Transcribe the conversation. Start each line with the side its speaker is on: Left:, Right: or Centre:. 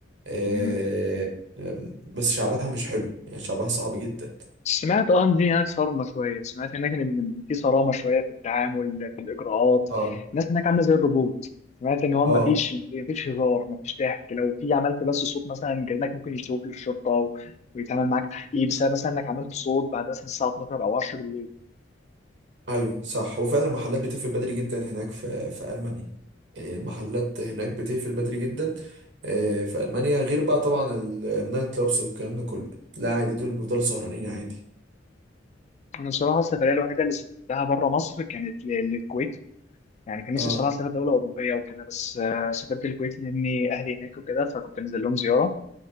Right: آه
Left: مم.
Right: آم، بس شعبها مش حلو يعني شعبها صعب جدا
Left: سمعت اه ان دي هناك صارمه شويه سمعت هناك ان إن في صرامه شويه في التعامل في الاجراءات
Right: اه
Left: الناس هناك عامله زي الروبوت سمعت ان هو
Right: اه
Left: ما فيش ما فيش هزار ما فيش ضحك لو في عملت بس صوت مثلا جيرانك ممكن يشتكوك للشرطه و- ويتعمل معاك تحقيق بسبب مثلا انك عملت صوت بعد مثلا الساعه 12 او 10 بالليل
Right: ايوه صح هو فعلا المحلات بتقفل بدري جدا هناك في في المانيا يعني المحلات هناك بتقفل بدري جدا آه، في المانيا غير بقى طبعا ال- النايت كلابس والكلام ده كله لا عادي دول بيفضلوا سهرانين عادي
Left: انا بصراحه السفريه الوحيده اللي سافرتها بره مصر كانت ل- للكويت يعني كان نفسي
Right: اه
Left: صراحه اسافر دوله اوروبيه وكده بس آه، سافرت الكويت لاني اهلي هناك وكده فكنت نازل لهم زياره